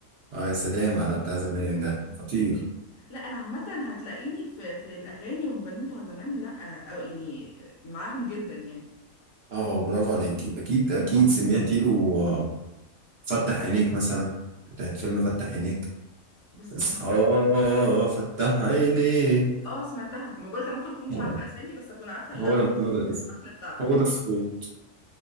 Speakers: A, on the right; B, on the left.
A: اه يا سلام على بتاع زمان
B: أيوة، لا،
A: ده
B: بتاع زمان
A: خطير
B: لا انا عامه هتلاقيني في في الاغاني والمغنيين بتوع زمان لا او يعني معاهم جدا يعني
A: اه برافو عليكي اكيد اكيد سمعتي له آه، فتح عينيك مثلا بتاعت فيلم فتح عينيك
B: بص
A: اصحى
B: هو انا
A: فتح عينيك
B: اه سمعتها ما بقولك انا ممكن اكون مش
A: طبعا
B: عارفه اسامي بس اكون عارفه اللحن
A: هو ده محمد العزيز
B: اللحن بتاعها
A: هو ده الصوت